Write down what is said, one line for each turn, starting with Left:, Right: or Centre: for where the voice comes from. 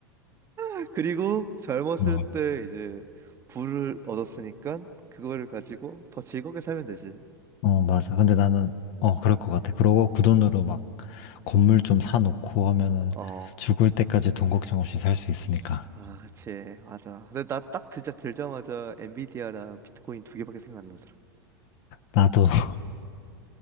Right: <laughs> 그리고 젊었을
Left: 어,
Right: 때 이제 부를 얻었으니까 그거를 가지고 더 즐겁게 살면 되지.
Left: 어 맞아 근데 나는 어 그럴 것 같아 그러고 그 돈으로 막 건물 좀 사놓고 하면은
Right: 어.
Left: 죽을 때까지 돈 걱정 없이 살 수 있으니까
Right: 아, 그치. 맞아. 근데 나 딱 들자, 들자마자 엔비디아랑 비트코인 두 개밖에 생각 안 나더라.
Left: 나도 <laughs>